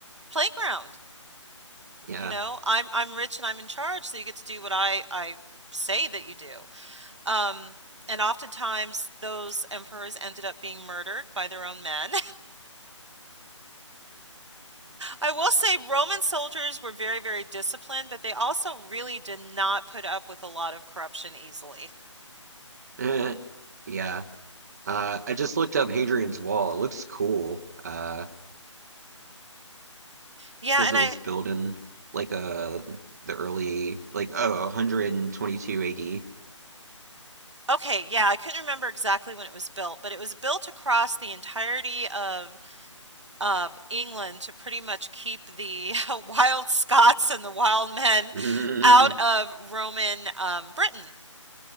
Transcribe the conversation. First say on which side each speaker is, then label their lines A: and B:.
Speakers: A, on the right; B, on the right.
A: playground.
B: Yeah.
A: You know, I'm I'm rich and I'm in charge, so you get to do what I I say that you do. Um, and oftentimes those emperors ended up being murdered by their own men. I will say Roman soldiers were very, very disciplined, but they also really did not put up with a lot of corruption easily.
B: Eh, yeah. Uh, I just looked up Hadrian's Wall. It looks cool. Uh,
A: Yeah,
B: it says
A: and
B: it
A: I,
B: was built in like uh the early like oh 122 AD.
A: okay, yeah, I couldn't remember exactly when it was built, but it was built across the entirety of of England to pretty much keep the <laughs> wild Scots and the wild men
B: Mm.
A: out of
B: <laughs>
A: Roman um, Britain.